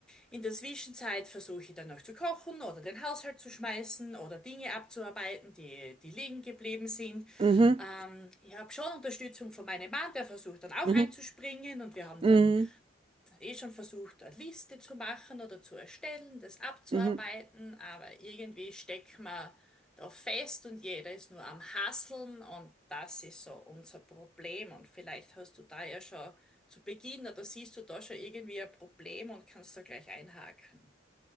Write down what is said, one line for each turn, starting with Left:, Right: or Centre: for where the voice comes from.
Centre: In der Zwischenzeit versuche ich dann noch zu kochen oder den Haushalt zu schmeißen oder Dinge abzuarbeiten, die, die liegen geblieben sind.
Right: Mhm.
Centre: Ähm, ich habe schon Unterstützung von meinem Mann, der versucht dann auch
Right: Mhm.
Centre: einzuspringen und wir haben
Right: Mhm.
Centre: dann eh schon versucht, eine Liste zu machen oder zu erstellen, das abzuarbeiten,
Right: Mhm.
Centre: aber irgendwie steckt man da fest und jeder ist nur am Hasseln und das ist so unser Problem. Und vielleicht hast du da ja schon zu Beginn oder siehst du da schon irgendwie ein Problem und kannst da gleich einhaken.